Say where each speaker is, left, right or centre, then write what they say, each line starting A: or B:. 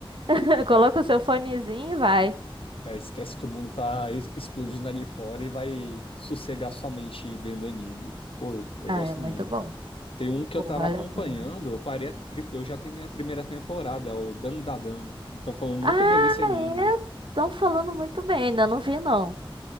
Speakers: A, on the right; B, on the left.
A: <laughs> coloca o seu fonezinho e vai.
B: É, esquece que o mundo tá es- explodindo ali fora e vai sossegar sua mente vendo anime. Pô, eu, eu
A: Ah,
B: gosto
A: é muito
B: muito.
A: bom.
B: Tem um que
A: Pô,
B: eu tava
A: vale
B: acompanhando,
A: a pena.
B: eu parei, a pri- eu já terminei a primeira temporada, é o Dandadan. Estão falando muito
A: Ah,
B: bem desse anime.
A: é. Estão falando muito bem, ainda não vi não.